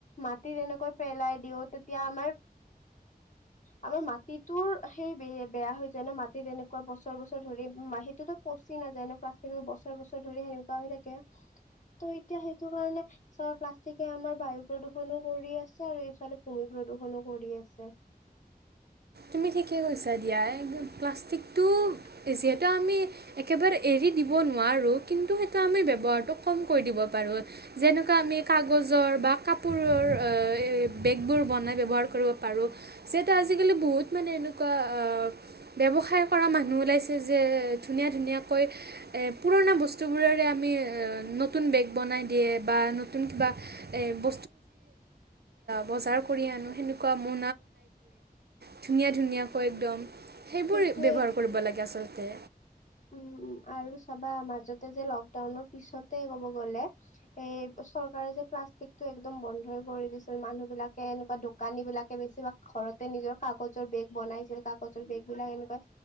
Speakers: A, on the left; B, on the right.
A: মাটিত এনেকৈ পেলাই দিও তেতিয়া আমাৰ আমাৰ মাটিটোৰ সেই ব বেয়া হৈ যায় ন মাটিত এনেকুৱা বছৰ বছৰ ধৰি সিটোতো পচি নাযায় না প্লাষ্টিকবোৰ বছৰ বছৰ ধৰি সেনেকুৱা হৈ থাকে ত' এতিয়া সেইটো কাৰণে চাবা প্লাষ্টিকে আমাৰ বায়ু প্ৰদূষণো কৰি আছে আৰু ইফালে ভূমি প্ৰদূ প্ৰদূষনো কৰি আছে
B: তুমি ঠিকে কৈছা দিয়া এইবোৰ প্লাষ্টিক
A: <inaudible>
B: যিহেতু আমি একেবাৰে এৰি দিব নোৱাৰোঁ কিন্তু সেইটো আমি ব্যৱহাৰটো কম কৰি দিব পা পাৰো যেনেকুৱা আমি কাগজৰ বা কাপোৰৰ বেগবোৰ বনাই ব্যৱহাৰ কৰিব পাৰোঁ যিহেতু আজিকালি বহুত মানে এনেকুৱা ব্যৱসায় কৰা মানুহ ওলাইছে যে ধুনীয়া ধুনীয়াকৈ পুৰণা বস্তুবোৰে আমি নতুন বেগ বনাই দিয়ে বা নতুন কিবা ব ব ম ব ধুনীয়া ধুনীয়াকৈ একদম সেইবোৰ
A: সেইটোয়ে
B: ব্যৱহাৰ কৰিব লাগে আচলতে
A: উম উ আৰু চাবা মাজতে যে লকডাউনৰ পিছতে ক'ব গ'লে এ চৰকাৰে যে প্লাষ্টিক টো একদম বন্ধই কৰি দিছিল মানুহ বিলাকে এনেকুৱা দোকানী বিলাকে বেছিভাগ ঘৰতে নিজৰ ক কাগজৰ বেগ বনাইছিল কাগজৰ বেগ বিলাক এনেকৈ